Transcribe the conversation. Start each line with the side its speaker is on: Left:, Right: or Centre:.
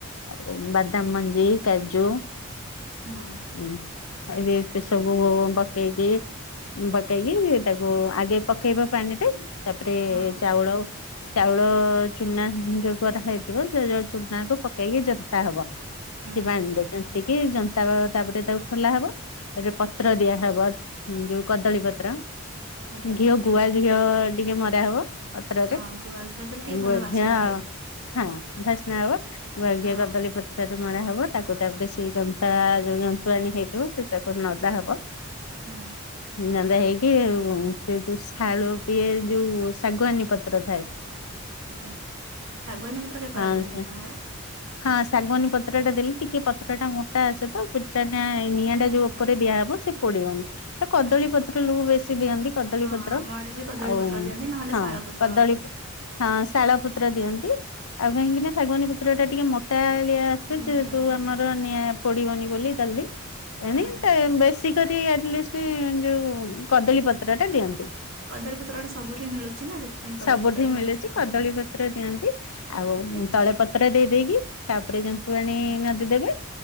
Left: ଆଉ ବାଦାମ ମଞ୍ଜି, କାଜୁ
Right: ହୁଁ।
Left: ଉଁ ଆଉ ଏତେ ସବୁ ବତେଇ ଦିଏ। ଉଁ ପକେଇକି ତାକୁ ଆଗେ ପକେଇବ ପାଣିରେ ତାପରେ
Right: ହଁ
Left: ଚାଉଳ ଚାଉଳ ଚୁନା ଯୋଉ କରାହେଇଥିବ ସେ ଯୋଉ ଚୁନା କୁ ପକେଇକି ଜନ୍ତା ହବ।
Right: ହୁଁ
Left: ସେ ପାଣିରେ ଜନ୍ତିକି ଜନ୍ତା ତାପରେ ତାକୁ ଖୋଲା ହବ ତାପରେ ପତ୍ର ଦିଆହବ। ଉଁ ଯୋଉ କଦଳୀ ପତ୍ର
Right: ଆଜ୍ଞା
Left: ଘିଅ ଗୁଆ ଘିଅ ଟିକେ ମରା ହବ ପତ୍ରରେ
Right: ହଁ ଗୁଆ ଘିଅ ଦେଲେ ଟିକେ ଭଲ
Left: ଗୁଆ
Right: ବାସ୍ନା
Left: ଘିଅ
Right: ହୁଏ।
Left: ହଁ ଭାସ୍ନା ହବ ଗୁଆ
Right: ହଁ
Left: ଘିଅ କଦଳୀ ପତ୍ରରେ ମରା ହବ। ତାକୁ ତାପରେ ସେଇ ଜନ୍ତା ଯୋଉ ଜନ୍ତୁଆଣୀ ହେଇଥିବ ସେ ତାକୁ ନଦା ହବ।
Right: ହଁ।
Left: ନଏଲେ ହେଇକି ସେ ଯୋଉ ଶାଳୁ ପିଏ ଯୋଉ ଶାଗୁଆନୀ ପତ୍ର ଥାଏ
Right: ଆଜ୍ଞା ସାଗୁଆନୀ ପତ୍ରରେ କରାହୁଏ
Left: ହଁ
Right: କି ଆପଣଙ୍କର?
Left: ହଁ ଶାଗୁଆନୀ ପତ୍ର ଟା ଦେଲେ ଟିକେ ପତ୍ର ଟା ମୋଟା ଆସେ ତ ପି ତା ନାଇଁ ନିଆଁ
Right: ହୁଁ
Left: ଟା ଯୋଉ
Right: ହୁଁ
Left: ଉପରେ ଦିଆହବ ସେ ପୋଡିବନି। ତ କଦଳୀ
Right: ଆଚ୍ଛା
Left: ପତ୍ର ଲୋକ ବେଶୀ ଦିଅନ୍ତି କଦଳୀ
Right: ହଁ
Left: ପତ୍ର
Right: ଆମ ଆଡ଼େ ବି କଦଳୀ
Left: ଆଉ
Right: ପତ୍ର ଦିଅନ୍ତି ନହେଲେ
Left: ହଁ
Right: ଶାଳ ପତ୍ର
Left: କଦଳୀ
Right: ହଁ
Left: ପ ହଁ ଶାଳ ପତ୍ର ଦିଅନ୍ତି ଆଉ କାହିଁକି ନା ଶାଗୁଆନୀ ପତ୍ର ଟା ଟିକେ ମୋଟାଳିଆ ସେ
Right: ହୁଁ
Left: ଯେହେତୁ
Right: ହୁଁ ହୁଁ
Left: ଆମର ନିଆଁ ପୋଡିବନି ବୋଲି ଜଲଦି
Right: ହୁଁ
Left: ଏଣେ ତେ ବେଶୀ କରି ଆଟଲାଷ୍ଟି ଯୋଉ କଦଳୀ ପତ୍ରରେ ଦିଅନ୍ତି।
Right: କଦଳୀପତ୍ରଟା ସବୁଠି ମିଳୁଛି ନା ସେଥିପାଇଁ କଦଳୀପତ୍ରରେ
Left: ସବୁଠି ମିଳୁଚି
Right: ସମସ୍ତେ କରନ୍ତି।
Left: କଦଳୀପତ୍ର ଦିଅନ୍ତି। ଆଉ
Right: ଆଜ୍ଞା
Left: ତଳେ ପତ୍ର ଦେଇ ଦେଇକି ତାପରେ ଜନ୍ତୁଆଣି
Right: ହୁଁ
Left: ନଦି ଦେବେ।